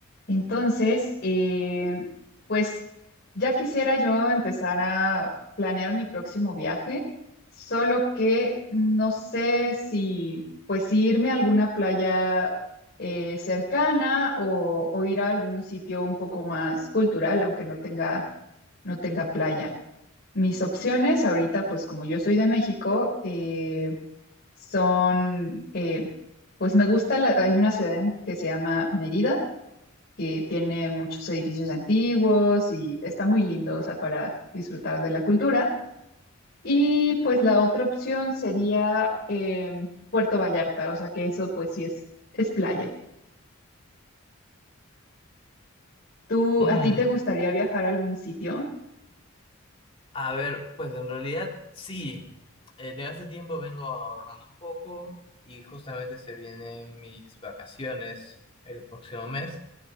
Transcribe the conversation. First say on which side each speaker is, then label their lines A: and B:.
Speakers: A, on the left; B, on the left.
A: Entonces, eh, pues ya quisiera yo empezar a planear mi próximo viaje, solo que no sé si pues si irme a alguna playa eh, cercana o, o ir a algún sitio un poco más cultural, aunque no tenga, no tenga playa. Mis opciones ahorita, pues como yo soy de México, eh, son, eh, pues me gusta, la- hay una ciudad que se llama Mérida que tiene muchos edificios antiguos y está muy lindo, o sea, para disfrutar de la cultura. Y pues la otra opción sería em, Puerto Vallarta, o sea, que eso pues sí es, es playa. ¿Tú,
B: Mm,
A: a ti te gustaría viajar a algún sitio?
B: a ver, pues en realidad sí. Eh, de hace tiempo vengo ahorrando un poco y justamente se vienen mis vacaciones el próximo mes